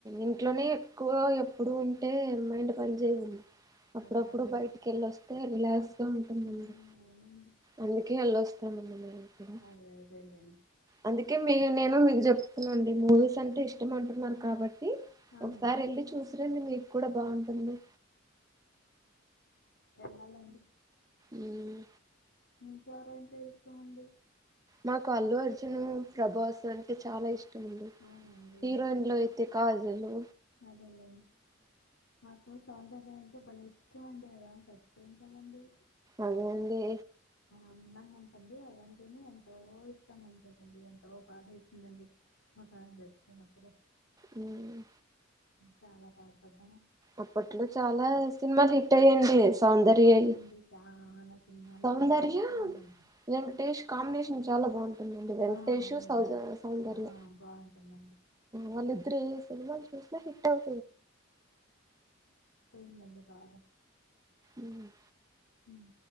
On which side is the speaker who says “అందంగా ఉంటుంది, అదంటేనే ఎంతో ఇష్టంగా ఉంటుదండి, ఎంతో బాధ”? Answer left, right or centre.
Left